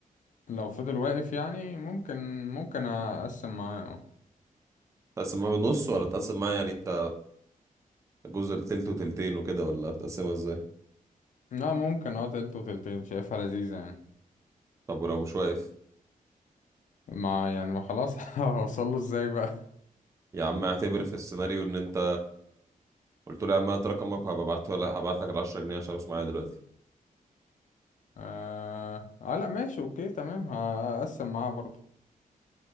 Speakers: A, on the left; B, on the right.
A: لو فضل واقف يعني ممكن ممكن اقسم معاه اه
B: تقسم معاه بالنص ولا تقسم معاه يعني انت جزء تلت وتلتين وكده ولا بتقسمها ازاي
A: لا ممكن اه تلت وتلتين شايفها لذيذة يعني
B: طب ولو مش واقف
A: ما يعني ما خلاص <laughs> هوصله ازاي بقى
B: يا عم اعتبر في السيناريو ان انت قلت له يا عم هات رقمك وهبقى ابعت ولا هبعت لك ال 10 جنيه عشان مش معايا دلوقتي
A: آه, اه لا ماشي اوكي تمام هقسم معاه برضه